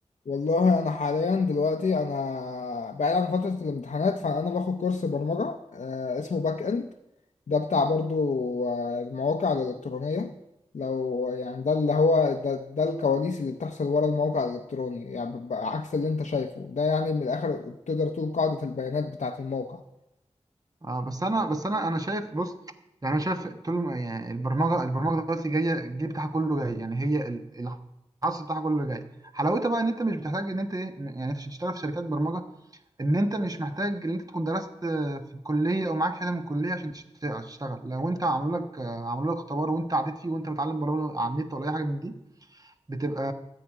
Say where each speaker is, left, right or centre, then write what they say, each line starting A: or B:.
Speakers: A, on the left; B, on the right.
A: والله انا حاليا دلوقتي انا بعيد عن فتره الامتحانات فانا باخد كورس برمجه آه، اسمه باك اند ده بتاع برضو آه، المواقع الالكترونيه لو يعني ده اللي هو ده, ده الكواليس اللي بتحصل ورا الموقع الالكتروني يعني بيبقى عكس اللي انت شايفه ده يعني من الاخر تقدر تقول قاعده البيانات بتاعه الموقع
B: اه بس انا بس انا انا شايف بص يعني انا شايف طول ما- يعني البرمجه البرمجه دلوقتي جايه الجيل بتاعها كله جاي يعني هي ال- الحصر بتاعها كله جاي حلاوتها بقى ان انت مش بتحتاج ان انت ايه م- يعني انت عشان تشتغل في شركات برمجه ان انت مش محتاج ان انت تكون درست آه، في الكليه او معاك شهاده من الكليه عشان تشت- تشتغل لو انت عملوا لك آه، عملوا لك اختبار وانت عديت فيه وانت متعلم برمجه على النت ولا اي حاجه من دي بتبقى